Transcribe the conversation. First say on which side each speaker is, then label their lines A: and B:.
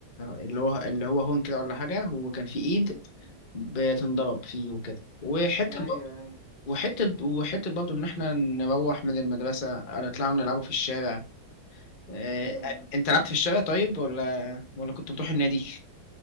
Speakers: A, on the left; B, on the left.
A: اللي هو اللي هو هون كده ولا حاجة وكان في ايد
B: مم.
A: بتنضرب فيه وكده وحتة
B: ايوه
A: برضه
B: ايوه
A: وحتة وحتة برضه إن إحنا نروح من المدرسة نطلع نلعبوا في الشارع إيه،
B: م-م.
A: أنت لعبت في الشارع طيب ولا ولا كنت بتروح النادي؟